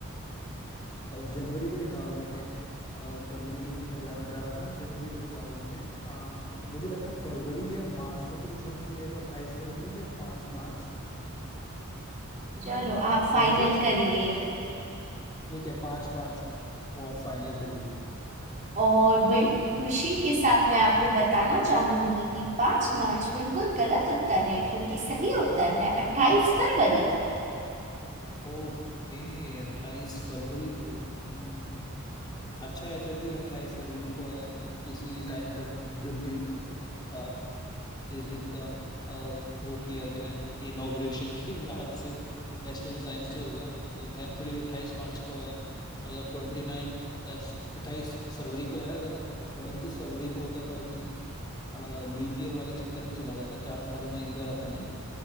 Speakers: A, on the left; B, on the right.
A: जनवरी को निकाल देते हैं अ, जनवरी के सब में जाना चाह रहा था जनवरी को निकाल देते हैं अ, मुझे लगता है फरवरी या मार्च में से कुछ होना चाहिए या तो अट्ठाईस फरवरी या पाँच मार्च हम्म,
B: चलो आप फाइनल
A: मुझे
B: करिए एक
A: ठीक है पाँच मार्च को आप फाइनल कर दीजिए
B: और बड़ी खुशी के साथ मैं आपको बताना चाहूंगी कि पांच मार्च
A: <laughs>
B: बिल्कुल गलत उत्तर है क्योंकि सही उत्तर है अट्ठाईस फरवरी
A: ओके अट्ठाईस फरवरी को हम्म, अच्छा है चलो ये अट्ठाईस फरवरी को आया मतलब किसी टाइम पर जब भी मतलब अ, इस दिन का अ, वो किया गया कि इनॉग्रेशन की याद से नेशनल साइंस डे होगा तो थैंकफुली अट्ठाईस मार्च को आया अगर ट्वेंटी नाइन्थ अट्ठाईस फरवरी को आया अगर उनतीस फरवरी को होता तो आई थिंक लीप ईयर वाले चक्कर में चला जाता चार साल में एक बार आता नहीं